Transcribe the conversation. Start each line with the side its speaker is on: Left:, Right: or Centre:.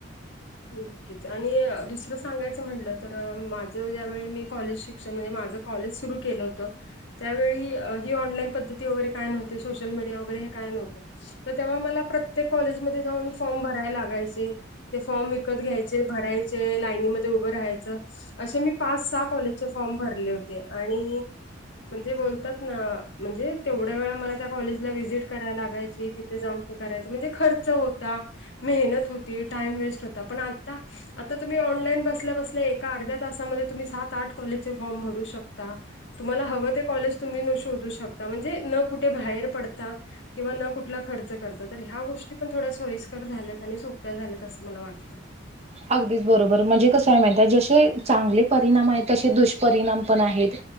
Left: नक्कीच आणि दुसरं सांगायचं म्हटलं तर माझ ज्यावेळी मी ण मा क के त्या ह ऑनलाई पद्धती वगैरे काय नव्ह सोशल मीडिया वगर हे काय नवतं तर तेव्हा मला प्रत्येक कॉलेजमध्ये जाऊन फॉर्म भरायला लागायचे ते फॉर्म विकत घ्यायचे भरायचे लाईनीमध्ये उभं राहायचं असे मी पाच सहा कॉलेजचे फॉर्म भरले होते आणि म्हणजे बोलतात ना म्हणजे तेवढ्या वेळा मला त्या कॉलेजला व्हिजिट कराय लागायची तिथे जाऊन करायच म्हणजे खर्च होता मेहनत होती टाईम वेस्ट होता पण आता आता तुम्ही ऑनलाईन बसल्या बसल्या एका अर्ध्या तासामध्ये तुम्ही सात आठ कॉलेजचे फॉर्म भरू शकता तुम्हाला हवं ते कॉलेज तुम्ही शोधू शकता म्हणजे न कुठे बाहेर पडता किंवा न कुठला खर्च करत तर ह्या गोष्टी पण थोड्या सोयीस्कर झाल्यात आणि सोप्या झाल्यात असं मला वाटत <inaudible>
Right: अगदीच बरोबर म्हणजे कसं आहे माहित आहे जसे चांगले परिणाम आहेत तसे दुष्परिणाम पण आहेत